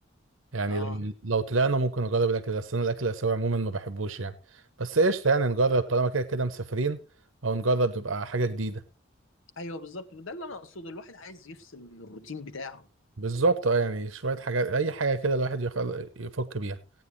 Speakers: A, on the right (about 75°); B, on the left (about 80°).
A: يعني
B: اه
A: لو لو طلعنا ممكن نجرب الاكل ده بس انا الاكل الاسيوي عموما ما بحبوش يعني بس ايش يعني نجرب طالما كده كده مسافرين او نجرب تبقى حاجه جديده
B: ايوه بالظبط ده اللي انا اقصده الواحد عايز يفصل من الروتين بتاعه
A: بالظبط اه يعني شويه حاجات اي حاجه كده الواحد يخل... يفك بيها